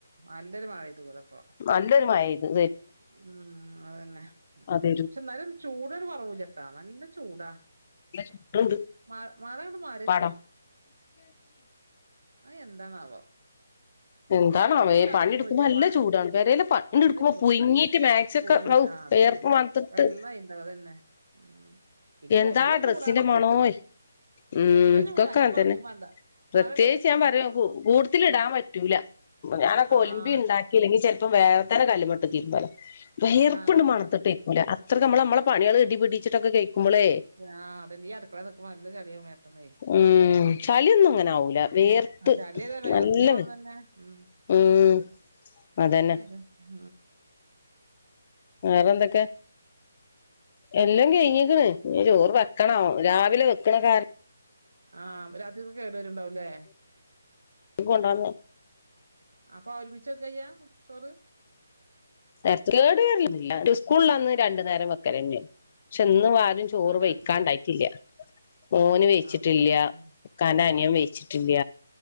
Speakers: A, on the right (about 80°); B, on the left (about 35°).
A: നല്ലൊരു മഴ പെയ്തു ഇവടെപ്പോ
B: നല്ലൊരു മഴയ്ത്.
A: ഉം. അതന്നെ
B: അതൊരു
A: പക്ഷെ ന്നാലും ചൂടൊരു കുറവൂ ഇല്ലട്ടാ. നല്ല ചൂടാ
B: ട്ടണ്ട്
A: മഴ മഴ അങ്ങട് മാറിയ
B: പടം
A: ആഹ എന്താണാവോ.
B: എന്താണാവോ
A: ഭൂമി
B: ഈ
A: തണുക്കണില്ല
B: പണിടുക്കുമ്പോൾ നല്ല
A: മ
B: ചൂടാണ്. പെരേല് പണി
A: നല്ല
B: എടുക്കുമ്പോ
A: ചൂട്
B: പുങ്ങിട്ട് മാക്സ ഒക്കെ
A: പുഴുങ്ങിട്ടാ
B: ഹൌ
A: അതന്നെ
B: ചേർപ്പ വത്തിട്ട്
A: വെള്ളായിണ്ടാവും അതന്നെ ഉം ഇക്ക്
B: എന്താ
A: പൊതുവേ
B: ഡ്രസ്സിന്റെ
A: ചൂടാണ്ക്ക്
B: മണോ ഉം
A: പൊതുവേ
B: ഇപ്പൊക്കതന്നെ.
A: ചൂടാ ഇങ്ങട് പറയും വേണ്ട
B: പ്രത്യേകിച്ച്
A: മഴ പെയ്തിട്ട്
B: ഞാൻ പറയാ
A: ആഹ്
B: കൂടുതൽ ഇടാൻ പറ്റൂല. ഞാൻ അപ്പ
A: ആഹ്
B: ഒലമ്പി ഉണ്ടാക്കിലി ചിലപ്പ വേഗാതന്നെ കല്ലുമുട്ട <unintelligible> വിയർപ്പുണ്ട്
A: ആഹ്
B: മണത്തിട്ട് ഏക്കുല. അത്ര നമ്മൾ നമ്മള പണികള് ഇടി പിടിച്ചിട്ടൊക്കെ കഴിക്കുമ്പോളേ
A: ആഹ് അതന്നെ ഈ അടുക്കളെല് നികുമ്പ നല്ല ചെളിയാ മേത്ത്ന്നെ.
B: ഉം ചളിയൊന്നും അങ്ങനെ ആവൂല വേർത്ത്
A: ചളിയല്ല വേർപിന്റെ
B: നല്ല
A: മണം തന്നെ. ഉ
B: ഉം അതന്നെ
A: എന്തായും ആ.
B: വേറെ എന്തൊക്കെ. എല്ലാം കഴിഞ്ഞിക്ക്ണ്. ഇനി ചോറ് വെക്കണം. രാവിലെ വെക്കണ കാരണം
A: ആഹ രാത്രിക്ക് കേടു വരുണ്ടാവല്ലേ.
B: ഇ കൊണ്ടന്നെ
A: അപ്പൊ ഒരുമിച്ചൊക്കില്ല ചോറ്.
B: നേര കേട് വരില്ല. സ്കൂളിലാന്ന്
A: ആഹ്
B: രണ്ടു നേരം വെക്കലെന്ന. പക്ഷെ ഇന്ന് <unintelligible> ചോറ്
A: ആഹ് രാത്രിക്ക്
B: വയ്ക്കാണ്ടായിട്ടില്ല. ഓന് വെയ്ച്ചിട്ടില്ല,
A: ആഹ് ഉച്ചക്ക് ഉം
B: ക്കാ നനിയൻ വെയ്ച്ചിട്ടില്ല.